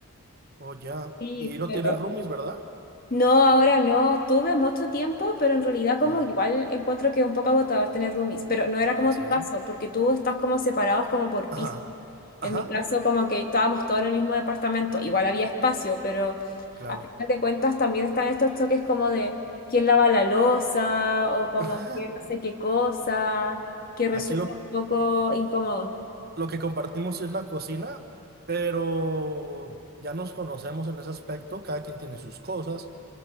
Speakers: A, on the right; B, on the left.
A: oh, ya.
B: Sí,
A: Y no
B: Pero
A: tienes roomies, ¿verdad?
B: no, ahora no, tuve mucho tiempo, pero en realidad
A: Ajá.
B: como igual encuentro que es un poco agotador tener roomies, pero no era
A: ¿En
B: como
A: serio?
B: tu caso, porque tú estás como separados como por
A: Ajá,
B: piso.
A: ajá,
B: En mi caso, como que estábamos todos en el mismo departamento, igual había espacio, pero
A: claro.
B: a final de cuentas también están estos choques como de quién lava la loza o como
A: <laughs>
B: quién no sé qué cosa, que resulta
A: Aquí lo,
B: un poco incómodo.
A: Lo que compartimos sí es la cocina, pero ya nos conocemos en ese aspecto. Cada quien tiene sus cosas